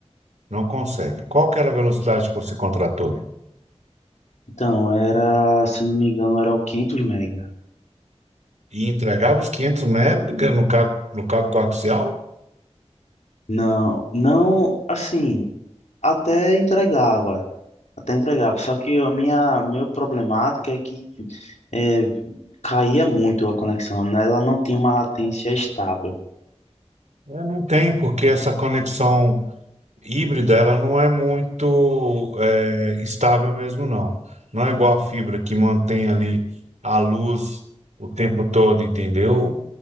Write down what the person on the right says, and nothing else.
não consegue. Qual que era a velocidade que você contratou?
E entregava os 500 mega no cabo, no cabo coaxial?
É, não tem, porque essa conexão híbrida, ela não é muito é, estável mesmo, não. Não é igual a fibra que mantém ali a luz o tempo todo, entendeu?